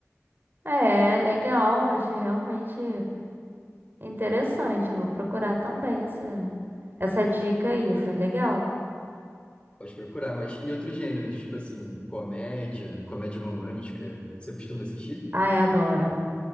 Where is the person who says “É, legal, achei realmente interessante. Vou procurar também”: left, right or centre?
Right